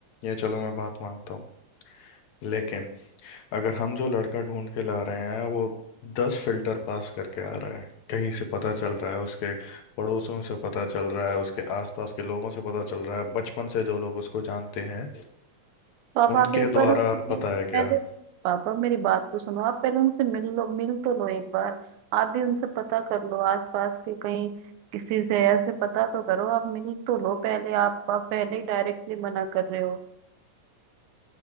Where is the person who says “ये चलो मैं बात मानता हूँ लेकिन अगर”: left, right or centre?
Left